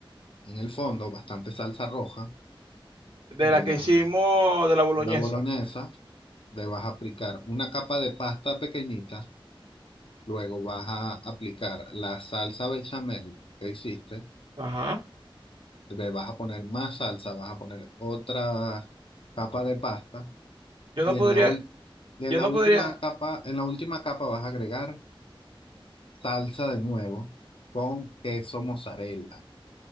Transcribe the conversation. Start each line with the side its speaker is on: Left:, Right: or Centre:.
Left: en el fondo, bastante salsa roja
Right: De
Left: de
Right: la que
Left: la,
Right: hicimos de la boloñesa.
Left: de la boloñesa, le vas a aplicar una capa de pasta pequeñita, luego vas a aplicar la salsa bechamel que hiciste
Right: Ajá.
Left: le vas a poner más salsa, vas a poner otra capa de pasta
Right: Yo no
Left: y
Right: podría,
Left: en la, ul- en
Right: yo
Left: la
Right: no
Left: última
Right: podría
Left: capa, en la última capa vas a agregar salsa de nuevo con queso mozzarella.